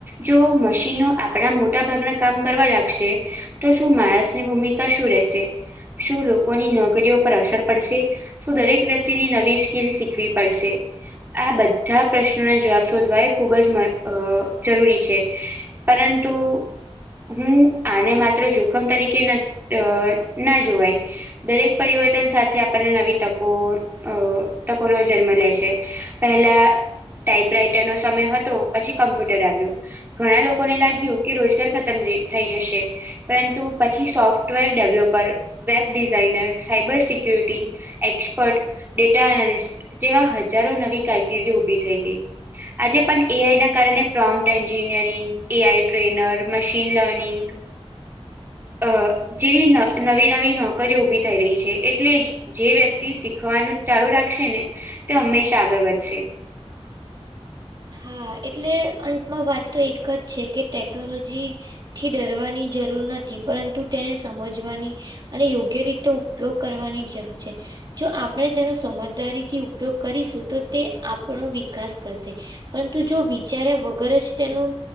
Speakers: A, on the right; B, on the right.
A: જો મશીનો આપણા મોટા ભાગના કામ કરવા લાગશે, તો શું માણસ ની ભૂમિકા શું રહેશે શું લોકોની નોકરીઓ પર અસર પડશે? શું દરેક વ્યક્તિની નવી સ્કીલ શીખવી પડશે? આ બધા પ્રશ્નોના જવાબ શોધવા એ ખૂબ જ મ અ જરૂરી છે. પરંતુ હું આને માત્ર જોખમ તરી કે ન ટ ના જોવાય, દરેક પરિવર્તન સાથે આપડને નવી તકો અ તકો નવો જન્મ લે છે પેહલા ટાઈપ રાઈટરનો સમય હતો, પછી કમ્પ્યુટર આવ્યુ ઘણા લોકોને લાગ્યું કે રોજગાર ખતમ છે થઈ જશે, પરંતુ પછી software developer, web designer, cyber security expert, data analyst જેવા હજારો નવી કારકિર્દી ઉભી થઈ ગઈ. આજે પણ એઆઈના કારણે prompt engineering, A I trainer, machine learning અ જેવી ન નવી-નવી નોકરીઓ ઊભી થઈ રહી છે, એટલે જ જે વ્યક્તિ શીખવાનું ચાલુ રાખશેને, તે હંમેશા આગળ વધશે.
B: હા એટલે અંતમાં વાત તો એક જ છે કે ટેકનોલોજી થી ડરવાની જરૂર નથી, પરંતુ તેને સમજવાની અને યોગ્ય રીતે ઉપયોગ કરવાની જરૂર છે. જો આપણે તેનો સમજદારીથી ઉપયોગ કરીશું, તો તે આપણો વિકાસ કરશે. પરંતુ જો વિચાર્યા વગર જ તેનું